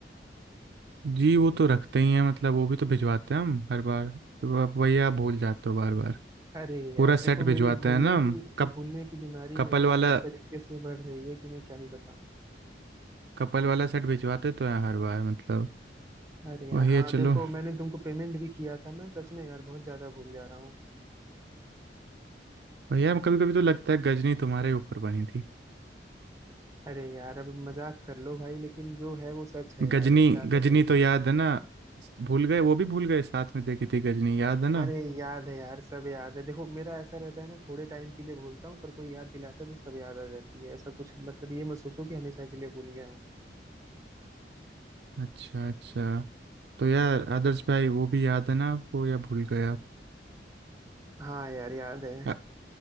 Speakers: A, on the right; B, on the right.
A: जी वो तो रखते ही हैं मतलब वो भी तो भिजवाते हैं हम हर बार तो आप वही आप भूल जाते हो बार बार
B: अरे यार
A: पूरा सेट
B: देखो
A: भिजवाते
B: मेरी भूलने
A: हैं ना हम
B: की
A: कप
B: भूलने की बीमारी
A: कपल
B: ना यार
A: वाला
B: इस तरीके से बढ़ रही है कि मैं क्या ही बताऊं
A: कपल वाला सेट भिजवाते तो हैं हर बार मतलब
B: अरे यार
A: वही
B: हाँ
A: है चलो
B: देखो मैंने तुमको पेमेंट भी किया था मैं सच में यार बहुत ज्यादा भूल जा रहा हूँ
A: भैया कभी कभी तो लगता है गजनी तुम्हारे ऊपर बनी थी
B: अरे यार अब मजाक कर लो भाई लेकिन जो है वो सच है यार
A: गजनी
B: अब क्या
A: गजनी
B: करें
A: तो याद है ना भूल गए वो भी भूल गए साथ में देखी थी गजनी याद है ना
B: अरे याद है यार सब याद है देखो मेरा ऐसा रहता है ना थोड़े टाइम के लिए भूलता हूँ पर कोई याद दिलाता है तो सब याद आ जाती है ऐसा कुछ मतलब ये मत सोचो कि हमेशा के लिए भूल गया हूँ
A: अच्छा अच्छा तो यार आदर्श भाई वो भी याद है ना आपको या भूल गए आप
B: हाँ यार याद है
A: आ-